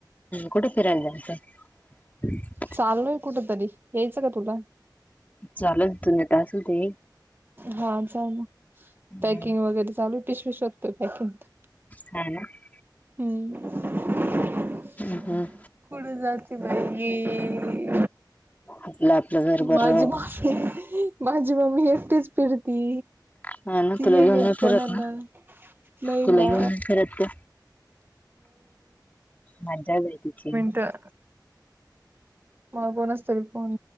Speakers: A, on the left (about 20°); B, on the right (about 25°).
A: कुठं फिरायला जातायसा?
B: चाललोय कुठ तरी. यायचं का तुला?
A: चाललं <unintelligible>
B: हां चाल
A: हम्म
B: पॅकिंग वगैरे चालू पिशवी शोधतोय पॅकिंग
A: <unintelligible>
B: <unintelligible>
A: हं हं
B: पळुन जाईल जे बाहिे
A: आपलं आपलं घर बरं.
B: माझी माफी. माझी मम्मी एकटीच फिरती.
A: मला ना
B: ती
A: तुला
B: नाही
A: घेऊन
B: नेत कोणाला
A: फिरत नाय
B: नाही
A: तुला
B: ना
A: घेऊन नाही फिरत ते मज्जा व्हय तुमची
B: तर मग कोणच तरी फोन